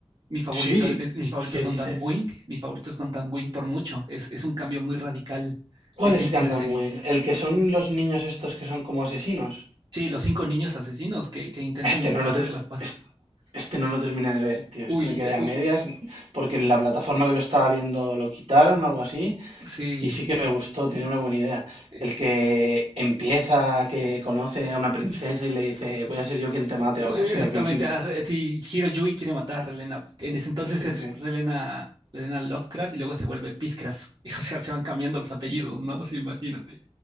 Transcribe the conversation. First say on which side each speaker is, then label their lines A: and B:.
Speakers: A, on the right; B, on the right.
A: Mi favorito
B: Sí,
A: es, mi favorito
B: ¿qué
A: es Gundam
B: dices?
A: Wing, mi favorito es Gundam Wing por mucho. Es, es un cambio muy radical
B: ¿Cuál
A: en,
B: es
A: en-
B: Gundam
A: en la serie.
B: Wing? ¿El que son los niños estos que son como asesinos?
A: Sí, los cinco niños asesinos que, que intentan
B: Este no
A: hacer
B: lo, te-
A: la paz.
B: es- este no lo terminé de ver, tío. Este
A: Uy,
B: me quedé
A: eh,
B: a
A: u-
B: medias porque en la plataforma que lo estaba viendo lo quitaron o algo así.
A: sí.
B: Y sí que me gustó, tenía una buena idea.
A: eh,
B: El que empieza, que conoce a una princesa y le dice, voy a ser yo quien te mate
A: Exactamente,
B: o algo así al principio.
A: a Re- si Hiroyui quiere matar a Relena, en ese entonces
B: Sí,
A: es
B: sí.
A: Relena, Relena Lovecraft y luego se vuelve Peacecraft. <laughs> o sea, se van cambiando los apellidos, ¿no? Sí, imagínate,